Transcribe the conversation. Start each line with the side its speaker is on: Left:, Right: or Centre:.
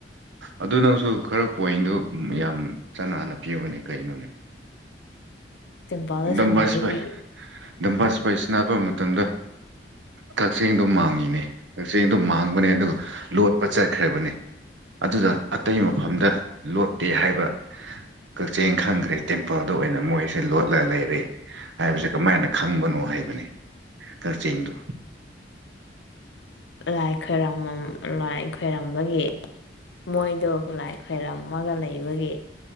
Right: ꯑꯗꯨ ꯅꯪꯁꯨ ꯈꯔ ꯄꯣꯏꯟꯗꯨ ꯌꯥꯝ ꯆꯅꯥꯟꯅ ꯄꯤꯌꯣꯅꯦ ꯀꯩꯅꯣꯅꯦ
Left: ꯇꯦꯝꯄꯜꯗ
Right: ꯗꯝꯕꯥꯁꯤꯄꯥꯏ
Left: ꯁꯥꯟꯅꯕꯒꯤ
Right: ꯗꯝꯕꯥꯁꯤꯄꯥꯏ ꯁꯥꯟꯅꯕ ꯃꯇꯝꯗ ꯀꯛꯆꯤꯡꯗꯣ ꯃꯥꯡꯉꯤꯅꯦ ꯀꯛꯆꯤꯡꯗꯣ ꯃꯥꯡꯕꯅꯦ ꯑꯗꯨꯒ ꯂꯣꯠꯄ ꯆꯠꯈ꯭ꯔꯕꯅꯦ ꯑꯗꯨꯗ ꯑꯇꯩ ꯃꯐꯝꯗ ꯂꯣꯠꯇꯦ ꯍꯥꯏꯕ ꯀꯛꯆꯤꯡ ꯈꯪꯈ꯭ꯔꯦ ꯇꯦꯝꯄꯜꯗ ꯑꯣꯏꯅ ꯃꯣꯏꯁꯦ ꯂꯣꯠ ꯂ ꯂꯩꯔꯦ ꯍꯥꯏꯕꯁꯦ ꯀꯃꯥꯏꯅ ꯈꯪꯕꯅꯣ ꯍꯥꯏꯕꯅꯦ ꯀꯛꯆꯤꯡꯗꯨ
Left: ꯂꯥꯏ ꯈꯣꯏꯔꯃꯝ ꯂꯥꯏ ꯈꯣꯏꯔꯝꯕꯒꯤ ꯃꯣꯏꯗꯣ ꯂꯥꯏ ꯈꯣꯏꯔꯝꯃꯒ ꯂꯩꯕꯒꯤ